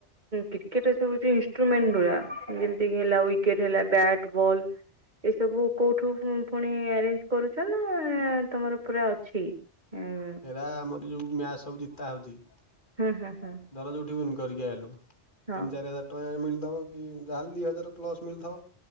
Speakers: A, on the right; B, on the left.
A: କ୍ରିକେଟ ସବୁ ଯୋଉ ଇସ୍ ଷ୍ଟ୍ରୁମେଣ୍ଟ ଗୁରା ଯେମିତି ହେଲା ୱିକେଟ ହେଲା ବ୍ୟାଟ୍, ବଲ୍ ଏସବୁ କୋଉଠୁ ପୁଁ ପୁଣି ଆରେଞ୍ଜ କରୁଛ ନା ତମର ପୁରା ଅଛି ଏଁ
B: ଏରା ଆମର ଯୋଉ ମ୍ୟାଚ ସବୁ ଜିତା ହଉଛି
A: ହୁଁ ହୁଁ ହୁଁ।
B: ଧର ଯୋଉଠି ୱିନ୍ କରିକି ଆଇଲୁ ତିନି,
A: ହଁ
B: ଚାରି ହଜାର ଟଙ୍କା ମିଳିଥବ କି ଯାହେଲେ ଦି ହଜାର ପ୍ଲସ ମିଳିଥିବ।